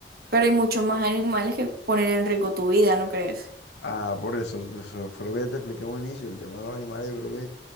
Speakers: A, on the right; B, on the left.
A: Pero hay muchos más animales que ponen en riesgo tu vida, ¿no crees?
B: Ah, por eso, eso fue lo que te expliqué en un inicio, el tema de los animales yo creo que